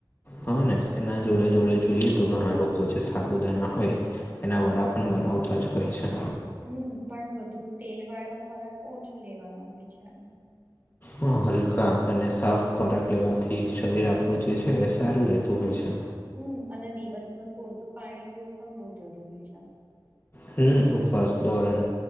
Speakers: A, on the left; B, on the right.
A: હા ને એના જોડે જોડે જોઈએ તો ઘણા લોકો જે સાબુદાના હોય એના વડા પણ બનાવતા જ હોય છે
B: હમ પણ વધુ તેલ વાળો ખોરાક ઓછો લેવાનો હોય છે એમ
A: હ હલકા અને સાફ ખોરાક લેવાથી શરીર આપણું જે છે એ સારું રહેતું હોય છે
B: હમ અને દિવસભર પૂરતું પાણી પીવું પણ બહ જરૂરી છે
A: હમ ઉપવાસ ધોરણ